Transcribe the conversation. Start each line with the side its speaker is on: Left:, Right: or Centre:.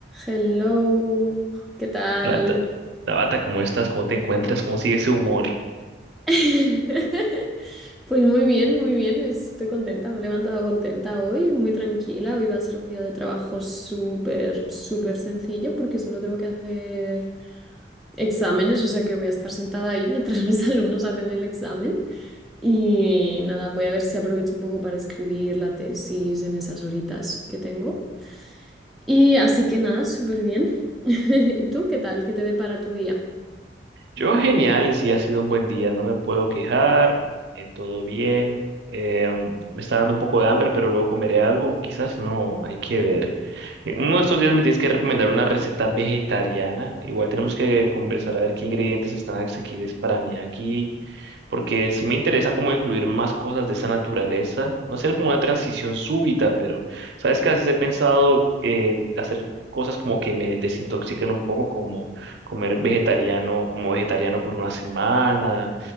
Centre: Hello, ¿qué tal?
Right: Hola, Ta- Tabata, ¿cómo estás? ¿Cómo te encuentras? ¿Cómo sigue ese humor?
Centre: <laughs> Pues muy bien, muy bien, estoy contenta, me he levantado contenta hoy, muy tranquila, hoy va a ser un día de trabajo súper, súper sencillo porque solo tengo que hacer exámenes, o sea que voy a estar sentada ahí mientras <laughs> mis alumnos hacen el examen y nada, voy a ver si aprovecho un poco para escribir la tesis en esas horitas que tengo. Y así que nada, súper bien. <laughs> ¿Y tú qué tal? ¿Qué te depara tu día?
Right: Yo genial, sí, ha sido un buen día, no me puedo quejar, eh, todo bien. eh, am, me está dando un poco de hambre, pero luego comeré algo, o quizás no, hay que ver. Eh, Uno de estos días me tienes que recomendar una receta vegetariana. Igual tenemos que conversar a ver qué ingredientes están asequibles para mí aquí porque sí me interesa como incluir más cosas de esa naturaleza, no hacer como una transición súbita, pero sabes que a veces he pensado eh, hacer cosas como que me desintoxiquen un poco, como comer vegetariano, como vegetariano por una semana,